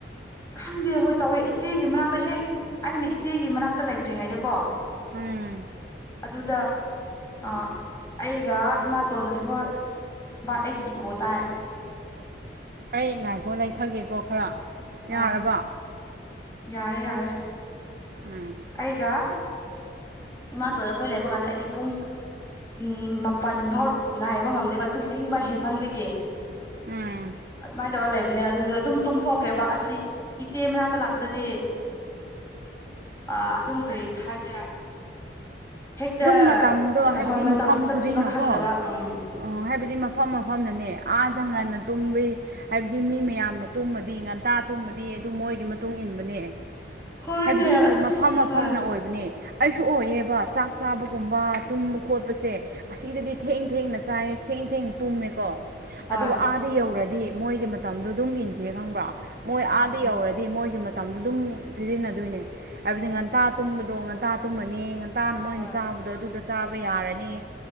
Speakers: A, on the left; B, on the right.
A: ꯈꯪꯗꯦ ꯍꯣꯏ ꯇꯧꯋꯦ ꯏꯆꯦꯒꯤ ꯃꯅꯥꯛꯇ ꯍꯦꯛ ꯑꯩꯅ ꯏꯆꯦꯒꯤ ꯃꯅꯥꯛꯇ ꯂꯩꯇ꯭ꯔꯤꯉꯩꯗꯀꯣ
B: ꯎꯝ
A: ꯑꯗꯨꯗ ꯑ ꯑꯩꯒ ꯏꯃꯥꯇꯣꯟ ꯑꯩ ꯍꯣꯏ ꯑꯩꯒꯤ ꯏꯀꯣ ꯇꯥꯏ
B: ꯑꯩ ꯉꯥꯏꯈꯥꯎ ꯂꯩꯊꯒꯦꯀꯣ ꯈꯔ
A: ꯍꯣꯏ
B: ꯌꯥꯔꯕ
A: ꯌꯥꯔꯦ ꯌꯥꯔꯦ
B: ꯎꯝ
A: ꯑꯩꯒ ꯃꯥꯇꯣꯗ ꯑꯩꯈꯣꯏ ꯂꯩꯕ ꯀꯥꯟꯗ ꯑꯩꯗꯤ ꯄꯨꯡ ꯎꯝ ꯃꯥꯄꯜ ꯐꯥꯎ ꯉꯥꯏꯕ ꯉꯝꯗꯦꯕ ꯇꯨꯝꯅꯤꯡꯕ ꯍꯦꯟꯃꯟꯕꯒꯤ
B: ꯎꯝ
A: ꯑꯗꯨ ꯃꯥ ꯇꯧꯔ ꯂꯩꯕꯅꯦ ꯑꯗꯨꯗ ꯑꯗꯨꯝ ꯇꯨꯝꯊꯣꯛꯈ꯭ꯔꯦꯕ ꯑꯁꯤ ꯏꯆꯦ ꯃꯅꯥꯛꯇ ꯂꯥꯛꯄꯗꯗꯤ ꯑ ꯑꯗꯨꯝ ꯀꯔꯤ ꯊꯁꯤꯔ ꯍꯦꯛꯇ
B: ꯑꯗꯨꯝ ꯃꯇꯝꯗꯣ ꯍꯥꯏꯕꯗꯤ
A: ꯍꯣꯏ ꯃꯇꯝ
B: ꯃꯐꯝ
A: ꯆꯠꯈꯤꯕ
B: ꯈꯨꯗꯤꯡꯅꯀꯣ
A: ꯈꯪꯗꯕ ꯎꯝ
B: ꯑꯣ ꯍꯥꯏꯕꯗꯤ ꯃꯐꯝ ꯃꯐꯝꯅꯅꯦ ꯑꯥꯗ ꯉꯥꯟꯗ ꯇꯨꯝꯕꯤ ꯍꯥꯏꯕꯗꯤ ꯃꯤ ꯃꯌꯥꯝꯅ ꯇꯨꯝꯃꯗꯤ ꯉꯟꯇꯥ ꯇꯨꯝꯃꯗꯤ ꯑꯗꯨ ꯃꯣꯏꯒꯤ ꯃꯇꯨꯡ ꯏꯟꯕꯅꯦ
A: ꯍꯣꯏꯅꯦ
B: ꯍꯥꯏꯕꯗꯤ
A: ꯑꯁ
B: ꯃꯐꯝ ꯃꯐꯝꯅ
A: ꯍꯣꯏ
B: ꯑꯣꯏꯕꯅꯦ ꯑꯩꯁꯨ ꯑꯣꯏꯌꯦꯕ ꯆꯥꯛ ꯆꯥꯕꯒꯨꯝꯕ ꯇꯨꯝꯕ ꯈꯣꯠꯄꯁꯦ ꯑꯁꯤꯗꯗꯤ ꯊꯦꯡ ꯊꯦꯡꯅ ꯆꯥꯏ ꯊꯦꯡ ꯊꯦꯡꯅ ꯇꯨꯝꯃꯦꯀꯣ
A: ꯍꯣꯏ
B: ꯑꯗꯨꯒ ꯑꯥꯗꯤ ꯌꯧꯔꯗꯤ ꯃꯣꯏꯒꯤ ꯃꯇꯝꯗꯣ ꯑꯗꯨꯝ ꯏꯟꯒꯦ ꯈꯪꯕ꯭ꯔꯥ ꯃꯣꯏ ꯑꯥꯗ
A: ꯈꯪ
B: ꯌꯧꯔꯗꯤ ꯃꯣꯏꯒꯤ ꯃꯇꯝꯗ ꯑꯗꯨꯝ ꯁꯤꯖꯤꯟꯅꯗꯣꯏꯅꯦ ꯍꯥꯏꯕꯗꯤ ꯉꯟꯇꯥ ꯇꯨꯝꯕꯗꯣ ꯉꯟꯇꯥ ꯇꯨꯝꯃꯅꯤ ꯉꯟꯇꯥꯅ ꯃꯣꯏꯅ
A: ꯍꯣꯏ
B: ꯆꯥꯕꯗꯣ ꯑꯗꯨꯗ ꯆꯥꯕ ꯌꯥꯔꯅꯤ